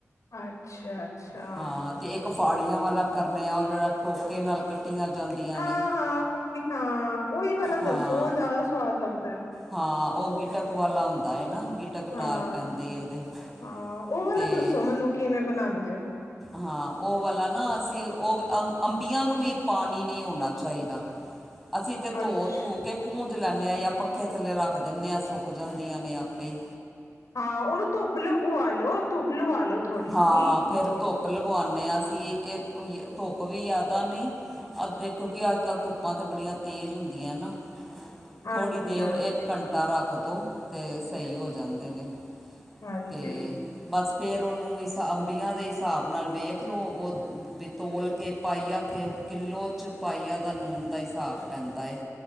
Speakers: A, on the left; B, in the centre.
A: ਅੱਛਾ ਅੱਛਾ।
B: ਹਾਂ ਤੇ ਇੱਕ ਫਾੜੀਆਂ ਵਾਲਾ ਕਰਨੇ ਆ ਉਹ ਜਿਹੜਾ ਟੋਕੇ ਨਾਲ ਕੱਟੀਆਂ ਜਾਂਦੀਆਂ
A: ਹਾਂ
B: ਨੇ
A: ਹਾਂ ਉਹ ਵੀ ਹਾਂ ਉ ਓਹੀ ਵਾਲਾ
B: ਹਾਂ
A: ਦੱਸੋ ਜ਼ਿਆਦਾ ਸਵਾਦ ਲੱਗਦਾ
B: ਹਾਂ ਉਹ ਗਿਟਕ ਵਾਲਾ ਹੁੰਦਾ ਨਾ ਗਿਟਕ ਨਾਲ
A: ਹਾਂ,
B: ਪੈਂਦੀ ਉਹਦੇ
A: ਹਾਂ ਉਹ
B: ਅਤੇ
A: ਵਾਲਾ ਦੱਸੋ ਮੈਨੂੰ ਕਿਵੇਂ ਬਣਾਉਂਦੇ ਹੋ
B: ਹਾਂ ਉਹ ਵਾਲਾ ਨਾ ਅਸੀਂ ਉਹ ਅ ਅੰਬੀਆਂ ਨੂੰ ਵੀ ਪਾਣੀ ਨਹੀਂ ਹੋਣਾ ਚਾਹੀਦਾ ਅਸੀਂ ਤੇ
A: ਅੱਛ
B: ਧੋ ਧੂ ਕੇ ਪੂੰਜ ਲੈਂਦੇ ਹਾਂ ਜਾਂ ਪੱਖੇ ਥੱਲੇ ਰੱਖ ਦਿੰਦੇ ਹਾਂ ਸੁੱਕ ਜਾਂਦੀਆਂ ਨੇ ਆਪੇ ਈ
A: ਹਾਂ ਉਹਨੂੰ ਧੁੱਪ ਲਗਵਾ ਲੋ ਧੁੱਪ ਲਵਾ ਲੋ ਥੋੜੀ
B: ਹਾਂ
A: ਜਿਹੀ
B: ਫਿਰ ਧੁੱਪ ਲਗਵਾਉਂਦੇ ਹਾਂ ਅਸੀਂ ਇਹ ਧੁੱਪ ਵੀ ਜਿਆਦਾ ਨਹੀਂ। ਅ ਦੇਖੋ ਕਿ ਅੱਜ ਕੱਲ ਧੁੱਪਾਂ ਤੇ ਬੜੀਆਂ ਤੇਜ਼ ਹੁੰਦੀਆਂ ਨਾ।
A: ਹਾਂਜੀ
B: ਥੋੜ੍ਹੀ ਦੇਰ
A: ਹਾਂਜੀ
B: ਇੱਕ ਘੰਟਾ ਰੱਖ ਦਿਉ ਅਤੇ ਸਹੀ ਹੋ ਜਾਂਦੇ ਨੇ।
A: ਹਾਂਜੀ
B: ਤੇ ਬਸ ਫੇਰ ਉਹਨੂੰ ਇਸ ਅੰਬੀਆਂ ਦੇ ਹਿਸਾਬ ਨਾਲ ਵੇਖ ਲਓ ਉਹ ਵੀ ਤੋਲ ਕੇ ਪਾਈ ਆ ਕੇ। ਕਿਲੋ 'ਚ ਪਾਈਆ ਦਾ ਨੂਣ ਦਾ ਹਿਸਾਬ ਪੈਂਦਾ ਏ।